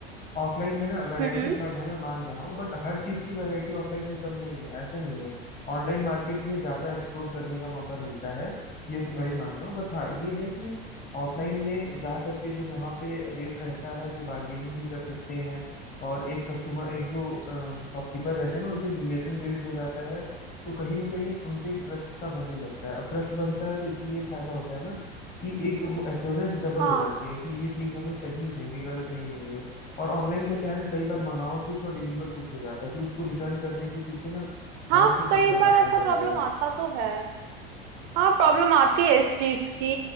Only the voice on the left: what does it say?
ऑफलाइन में ना वैरायटी
कम है मैं मान रहा हूँ बट हर चीज की वैरायटी ऑफलाइन में कम नहीं है ऐसा नहीं है ऑनलाइन मार्केट में ज्यादा एक्सप्लोर करने का मौका मिलता है ये तो मैं भी मान रहा हूँ बट हाँ ये है कि ऑफलाइन में जा करके जो वहाँ पे रेट रहता है वो बार्गेनिंग भी कर सकते हैं और एक कस्टमर एक जो अ, जो शॉपकीपर रहते हैं ना उनसे एक रिलेशन बिल्ड हो जाता है तो कहीं ना कहीं उनपे ट्रस्ट सा बनने लगता है अब ट्रस्ट बनता है तो इससे ये फायदा होता है ना कि एक वो एश्योरेंस डबल
हो जाती है कि ये चीज हमें सही देंगे गलत नहीं देंगे और ऑनलाइन का क्या है ना कई बार मंगाओ कुछ और डिलीवर कुछ हो जाता है फिर उसको रिटर्न करने के पीछे ना बहुत
फिर चक्कर
काटना
पड़ता
है